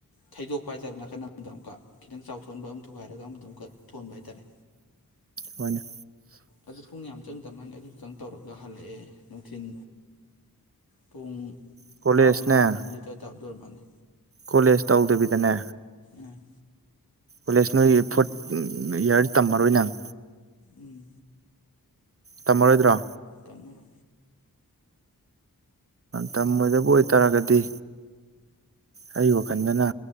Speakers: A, on the left; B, on the right.
A: ꯊꯩꯗꯣꯛꯄ ꯍꯥꯏꯇꯥꯔꯦ ꯅꯥꯀꯟ ꯑꯃꯗ ꯑꯃꯨꯛꯀ ꯈꯤꯇꯪ ꯆꯥꯎꯊꯣꯟꯕ ꯑꯃ ꯊꯨꯒꯥꯏꯔꯒ ꯑꯃꯝ ꯑꯃꯛ ꯊꯣꯟꯕꯇꯥꯔꯦ
B: ꯍꯅꯤꯣ
A: ꯑꯗꯨ ꯄꯨꯡ ꯌꯥꯝ ꯆꯪꯗ ꯃꯥꯜꯅꯤ ꯑꯗꯨꯇꯪ ꯇꯧꯔꯒ ꯍꯜꯂꯛꯑꯦ ꯅꯨꯡꯊꯤꯜ ꯄꯨꯡ
B: ꯀꯣꯂꯦꯖꯅꯦ
A: ꯑꯞꯃ ꯅ ꯇ ꯇꯥꯞꯗꯣꯏꯔꯝ ꯃꯥꯅꯦ
B: ꯀꯣꯂꯦꯖ ꯇꯧꯗꯕꯤꯗꯅꯦ
A: ꯎꯝ
B: ꯀꯣꯂꯦꯖ ꯅꯣꯏ ꯐꯣꯔꯠ ꯏꯌꯥꯔꯁ ꯇꯝꯃꯔꯣꯏ ꯅꯪ
A: ꯎꯝ
B: ꯇꯝꯃꯔꯣꯏꯗ꯭ꯔꯣ
A: ꯇꯃꯔꯣ
B: ꯇꯝꯃꯣꯏꯗꯕꯨ ꯑꯣꯏꯇꯥꯔꯒꯗꯤ ꯑꯩ ꯋꯥꯈꯜꯗꯅ